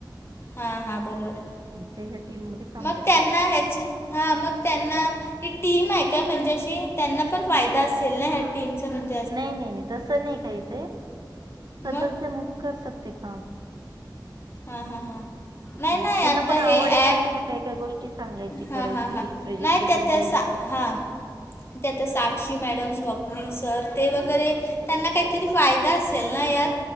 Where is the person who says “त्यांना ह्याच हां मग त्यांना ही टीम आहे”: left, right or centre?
Left